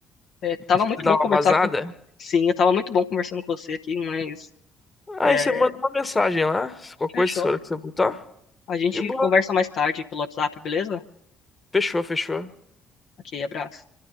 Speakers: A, on the left; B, on the left.
A: É, tava
B: Você
A: muito
B: precisa dar
A: bom
B: uma
A: conversar
B: vazada?
A: com. Sim, eu tava muito bom conversando com você aqui, mas.
B: Aí
A: É,
B: você manda uma mensagem lá, qualquer
A: fechou.
B: coisa, na hora que você voltar.
A: A gente
B: De boa.
A: conversa mais tarde pelo WhatsApp, beleza?
B: Fechou, fechou.
A: Ok, abraço.